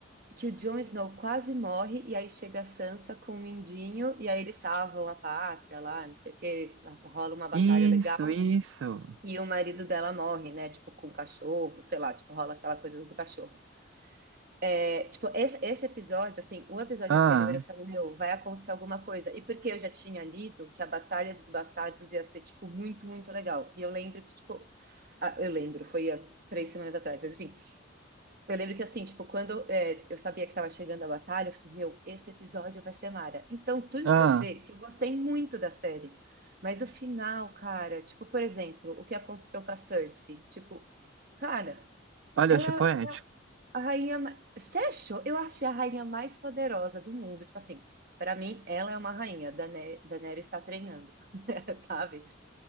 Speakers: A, on the right; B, on the right.
A: que o Jon Snow quase morre e aí chega a Sansa com o Mindinho e aí eles salvam a pátria lá, não sei o que, rola uma batalha
B: Isso,
A: legal
B: isso.
A: e o marido dela morre, né? Tipo, com o cachorro, sei lá, tipo, rola aquela coisa do cachorro. É, tipo, esse, esse episódio, assim, o episódio
B: Ah,
A: anterior eu falei, meu, vai acontecer alguma coisa. E porque eu já tinha lido que a Batalha dos Bastardos ia ser, tipo, muito, muito legal. E eu lembro que, tipo, ah, eu lembro, foi há três semanas atrás, mas enfim, eu lembro que assim, tipo, quando é, eu sabia que estava chegando a batalha, eu falei, meu, esse episódio vai ser mara. Então, tudo
B: ah.
A: isso para dizer que eu gostei muito da série. Mas o final, cara, tipo, por exemplo, o que aconteceu com a Cersei? Tipo, cara,
B: Olha,
A: ela
B: eu achei poético.
A: é a rainha. ma- Você achou? Eu achei a rainha mais poderosa do mundo. Tipo assim, para mim, ela é uma rainha. Dane- Daenerys está treinando, <laughs> sabe?